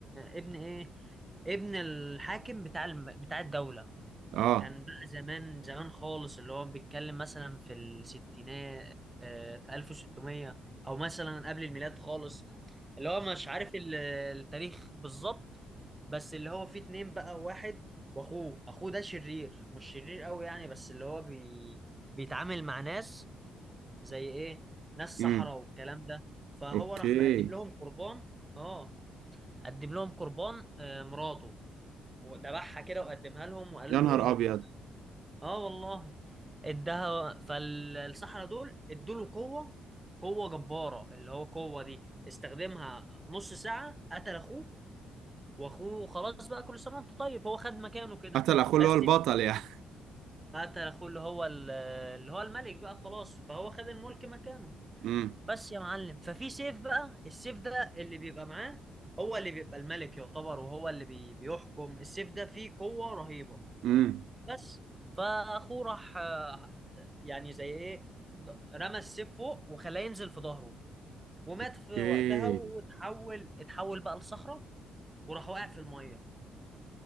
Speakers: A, on the right (about 15°); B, on the right (about 80°).
A: ابن ايه ابن الحاكم بتاع الم... بتاع الدوله
B: اه
A: كان بقى زمان زمان خالص اللي هو بيتكلم مثلا في الستينات آه، في 1600 او مثلا قبل الميلاد خالص اللي هو مش عارف ال- التاريخ بالظبط بس اللي هو فيه اتنين بقى واحد واخوه اخوه ده شرير مش شرير قوي يعني بس اللي هو بي... بيتعامل مع ناس زي ايه ناس
B: امم
A: صحراء والكلام ده فهو
B: اوكي
A: راح مقدم لهم قربان اه قدم لهم قربان آه، مراته وذبحها كده وقدمها لهم وقال
B: يا
A: لهم
B: نهار ابيض
A: اه والله اداها فالصحراء دول ادوا له قوه قوه جباره اللي هو قوه دي استخدمها نص ساعه قتل اخوه واخوه خلاص بقى كل سنه وانت طيب هو خد مكانه كده
B: قتل اخوه
A: بس
B: اللي هو البطل يعني
A: قتل اخوه اللي هو ال- اللي هو الملك بقى خلاص فهو خد الملك مكانه
B: امم
A: بس يا معلم ففي سيف بقى السيف ده اللي بيبقى معاه هو اللي بيبقى الملك يعتبر وهو اللي بي- بيحكم السيف ده فيه قوه رهيبه
B: امم
A: بس فاخوه راح آه، يعني زي ايه رمى السيف فوق وخلاه ينزل في ظهره ومات
B: اوكي
A: في وقتها وتحول اتحول بقى لصخرة وراح واقع في المية